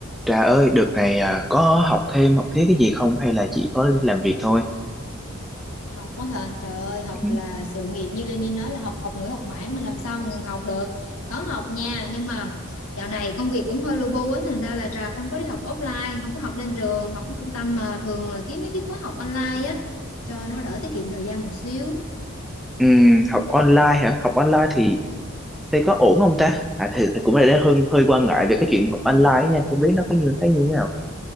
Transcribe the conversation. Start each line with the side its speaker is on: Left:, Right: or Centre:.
Centre: Trà ơi, đợt này à, có học thêm học thiết cái gì không hay là chỉ có làm việc thôi?
Left: học quá hả trời ơi học
Centre: Ừ,
Left: là sự nghiệp như Lenny nói là học học nữa học mãi mà làm sao mà ngừng học được có học nha nhưng mà dạo này công việc cũng hơi lu bu á thành ra là Trà không có đi học offline không có học lên trường học ở trung tâm mà thường là kiếm mấy cái khóa học online á cho nó đỡ tiết kiệm thời gian một xíu
Centre: ừm, học online hả? Học online thì thì có ổn không ta? À thì, thì cũng là đang hơi hơi quan ngại về cái chuyện học online nha, không biết nó có như thế như thế nào.